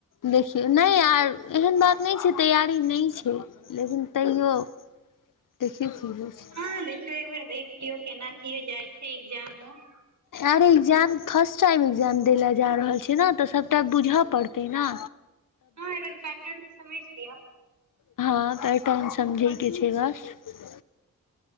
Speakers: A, on the left; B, on the right.
A: देखियौ नहि यार एहेन बात नहि छै तैयारी नहि छैई। लेकिन तैयो देखियो की होइ छैई।
B: हँ देखियौ एकबर देख लियौ केना की जाइ छै एग्जामो- -
A: आरे एकग्जाम फर्स्ट टाइम एकग्जाम दै ल जा रहल छियै न तऽ सभटा बुझै पड़तै न।
B: हँ एक बेार पैटर्न समझ लियअ।
A: हँ एहीफचम समझैके छै बस- -